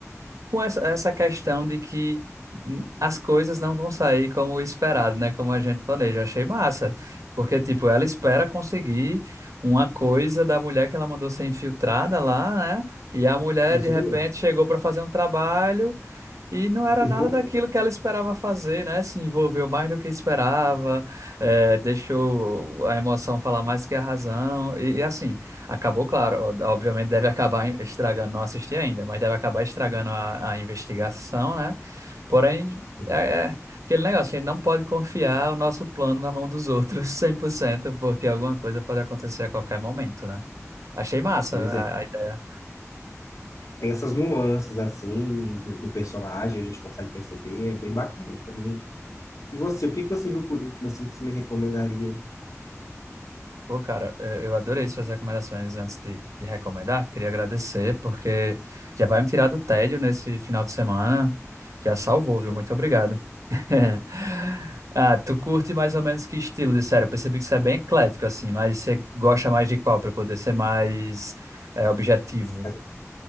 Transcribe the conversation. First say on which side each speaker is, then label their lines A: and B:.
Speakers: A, on the right; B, on the left.
A: com essa, essa questão de que hum, as coisas não vão sair como esperado, né? Como a gente planeja. Achei massa, porque, tipo, ela espera conseguir uma coisa da mulher que ela mandou ser infiltrada lá, né? E a mulher,
B: Isso
A: de repente,
B: mesmo.
A: chegou para fazer um trabalho. E não era
B: E
A: nada
B: revoltou.
A: daquilo que ela esperava fazer, né? Se envolveu mais do que esperava, eh, deixou a emoção falar mais que a razão. E, e assim, acabou, claro, ó, obviamente deve acabar estragando, não assisti ainda, mas deve acabar estragando a, a investigação, né? Porém,
B: Sim.
A: é, é aquele negócio, a gente não pode confiar o nosso plano na mão dos outros <laughs> 100%, porque alguma coisa pode acontecer a qualquer momento, né? Achei massa
B: Pois
A: a
B: é.
A: a ideia.
B: Tem essas nuances, assim, do, do personagem, a gente consegue perceber, é bem bacana também. E você, o que que você viu por último, assim, que você me recomendaria?
A: Pô, cara, eh, eu adorei suas recomendações antes de, de recomendar. Queria agradecer, porque já vai me tirar do tédio nesse final de semana. Já salvou,
B: Deixa
A: viu? Muito
B: eu-
A: obrigado. <laughs> Ah, tu curte mais ou menos que estilo de série? Eu percebi que você é bem eclético, assim, mas você gosta mais de qual para poder ser mais eh, objetivo?
B: Mas-